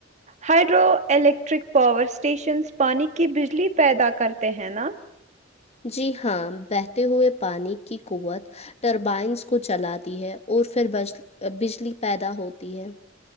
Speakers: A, on the right; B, on the left.
A: ہائڈرو الیکٹرک پاور اسٹیشنس پانی کی بجلی پیدا کرتے ہیں نا
B: جی ہاں بہتے ہوئے پانی کی قوت ٹربائنس کو چلاتی ہے اور پھرج بجلی پیدا ہوتی ہے